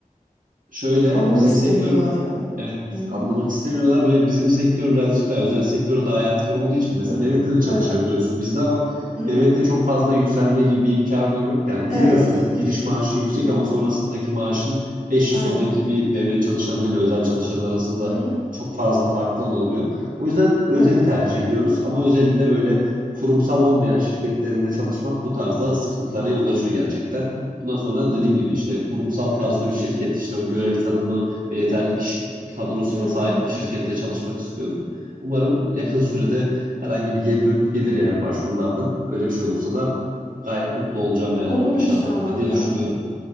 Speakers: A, on the right (about 75°); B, on the left (about 60°).
A: Şöyle
B: Anlamak
A: bizim
B: istemiyorlar
A: sektör
B: yani.
A: evet
B: Hı hı.
A: anlamak istemiyorlar ve bizim sektör birazcık daha özel sektöre daha yatkın olduğu için mesela
B: Hı.
A: devlette de çalışabiliyorsun
B: Evet.
A: bizde ama
B: Hı
A: devlette
B: hı.
A: çok fazla yükselme gibi bir imkanı yok. Yani giriyorsun
B: Evet.
A: evet giriş maaşın yüksek
B: Hmm,
A: ama sonrasındaki maaşın beş yıl
B: aynen.
A: sonraki bir devlet çalışanıyla özel çalışan arasında
B: Hı hı,
A: çok fazla farklı oluyor. O yüzden özeli
B: evet.
A: tercih ediyoruz ama özelinde böyle kurumsal olmayan şirketlerinde çalışmak bu tarzda sıkıntılara yol açıyor gerçekten. Bundan sonra dediğim gibi işte kurumsal tarzda bir şirket, işte o görev tanımı ve yeterli kişi kadrosuna
B: Hmm,
A: sahip bir şirkette çalışmak istiyorum. Umarım yakın sürede herhangi bir geri dönüt gelir yani başvurulardan. Öyle bir şey olursa da gayet mutlu olacağım yani
B: olur
A: bu iş
B: inşallah
A: anlamında diye
B: ya.
A: düşünüyorum.